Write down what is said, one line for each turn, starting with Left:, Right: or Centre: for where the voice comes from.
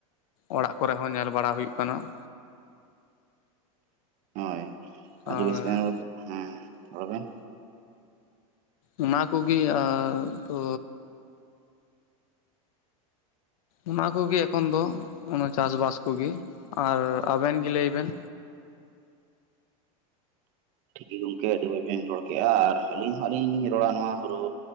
Left: ᱚᱲᱟᱜ ᱠᱚᱨᱮ ᱦᱚᱸ ᱧᱮᱞ ᱵᱟᱲᱟ ᱦᱩᱭᱩᱜ ᱠᱟᱱᱟ ᱾
Right: ᱦᱳᱭ
Left: ᱟᱨ
Right: ᱟᱫᱚ ᱵᱮᱥ ᱜᱟᱱ ᱨᱚᱲ ᱠᱮᱫ ᱦᱮᱸ ᱨᱚᱲ ᱵᱤᱱ
Left: ᱚᱱᱟ ᱠᱚᱜᱤ ᱟᱨ ᱛᱚ᱾ ᱚᱱᱟ ᱠᱚᱜᱤ ᱮᱠᱷᱚᱱ ᱫᱚ ᱚᱱᱟ ᱪᱟᱥᱵᱟᱥ ᱠᱚᱜᱤ ᱟᱨ ᱟᱵᱮᱱ ᱜᱤ ᱞᱟᱹᱭ ᱵᱮᱱ᱾
Right: ᱴᱷᱤᱠ ᱜᱮ ᱜᱚᱢᱠᱮ ᱟᱵᱤ ᱵᱟᱭ ᱵᱮᱱ ᱨᱚᱲ ᱠᱮᱜᱼᱟ ᱟᱨ ᱟᱹᱞᱤᱧ ᱦᱚᱜ ᱞᱤᱧ ᱨᱚᱲᱟ ᱱᱚᱣᱟ ᱦᱩᱲᱩ